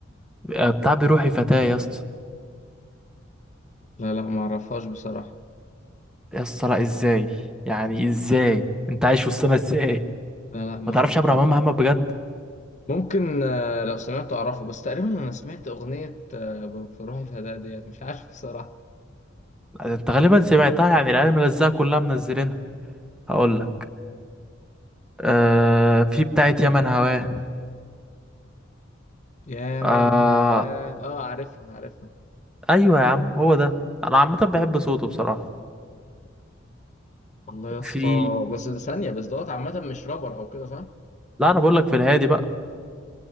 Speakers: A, in the centre; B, on the left (about 40°).
A: آه، بتاع بروحي فتاة يا اسطى
B: لا لا ما اعرفهاش بصراحة
A: يا اسطى لا ازاي يعني ازاي انت عايش وسطنا ازاي
B: لا لا ما
A: ما تعرفش
B: اعرفهاش
A: عبد الرحمن محمد بجد
B: ممكن آه، لو سمعت اعرفه بس تقريبا انا سمعت اغنية آه، في روحي فداء ديت مش عارف بصراحة
A: انت غالبا سمعتها يعني العيال ملزقه كلها منزلينها هقول لك آه في بتاعه يمن هواه
B: يا
A: آه
B: من هواه اه عارفها عارفها
A: ايوه يا عم هو ده انا عامه بحب صوته بصراحه
B: والله يا اسطى
A: في
B: بس ده ثانية بس دوت عامة مش رابر او كده صح؟
A: لا انا بقول لك في الهادي بقى